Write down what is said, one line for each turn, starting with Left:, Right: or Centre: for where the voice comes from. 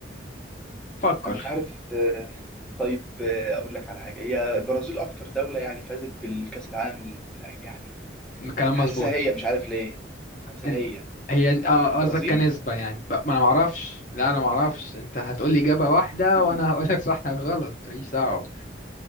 Left: فكر
Centre: أنا مش عارف آه، طيب آه، أقول لك على حاجة هي البرازيل أكتر دولة يعني فازت بالكأس العالم ل- يعني
Left: الكلام
Centre: حاسسها
Left: مظبوط
Centre: هي مش عارف ليه حاسسها
Left: انت
Centre: هي
Left: هي
Centre: البرازيل
Left: آه، قصدك كنسبة يعني ب- ما انا معرفش لا انا معرفش انت هتقولي إجابة واحدة
Centre: <laughs>
Left: وانا هقولك صح غلط ماليش دعوة